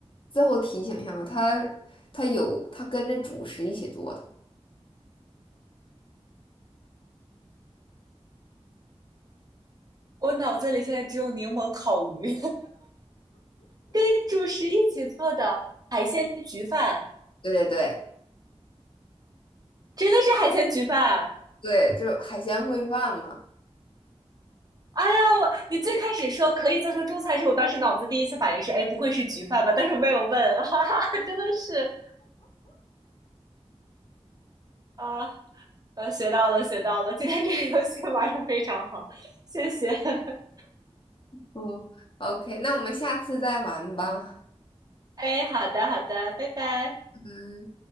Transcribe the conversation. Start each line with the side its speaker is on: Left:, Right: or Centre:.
Left: 最后提醒一下吧，它它有它跟着主食一起做的，
Right: 我脑子里现在只有柠檬烤鱼，<laughs> 跟主食一起做的海鲜焗饭，
Left: 对对对
Right: 真的是海鲜焗饭。
Left: 对，就海鲜烩饭嘛。
Right: 哎呀，我你最开始说可以做成中餐时，我当时脑子第一次反应是，哎，不会是焗饭吧？但是我没有问，哈哈，真的是啊，呃，学到了，学到了，今天这个游戏玩的非常好，谢谢。<laughs>
Left: 嗯，OK，那我们下次再玩吧。
Right: 哎，好的，好的，拜拜。
Left: 嗯。